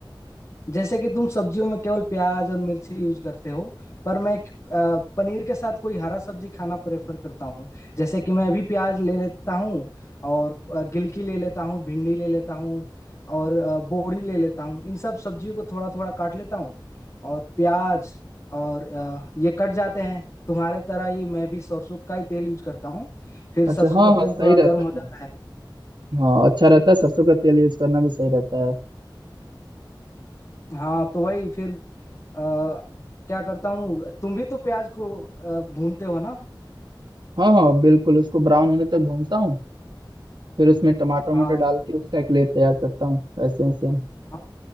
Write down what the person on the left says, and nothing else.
जैसे कि तुम सब्जियों में केवल प्याज और मिर्ची यूज करते हो पर मैं एक, अ, पनीर के साथ कोई हरा सब्जी खाना प्रेफर करता हूँ जैसे कि मैं अभी प्याज ले लेता हूँ और अ, गिलकी ले लेता हूँ भिंडी ले लेता हूँ और अ, बोड़ी ले लेता हूँ इन सब सब्जियों को थोड़ा थोड़ा काट लेता हूँ और प्याज और अ, ये कट जाते हैं तुम्हारे तरह ही मैं भी सरसों का ही तेल यूज करता हूँ फिर
सरसों
का
तेल
थोड़ा गर्म
हो
जाता
है
हाँ तो वही फिर आ, क्या करता हूँ तुम भी तो प्याज को अ, भूनते हो ना
हाँ
हाँ